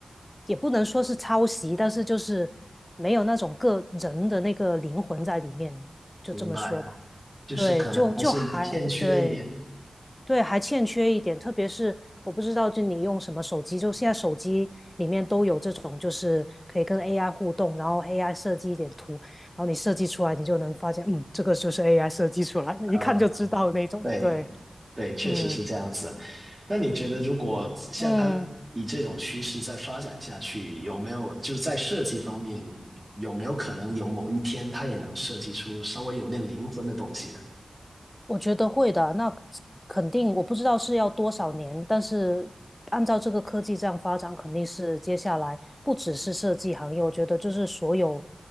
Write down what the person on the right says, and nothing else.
明白，就是可能还是欠缺一点。
嗯，对。
对，确实是这样子。
那你觉得，如果像他以这种趋势再发展下去，
有没有就在设计方面，有没有可能有某一天他也能设计出稍微有点灵魂的东西呢？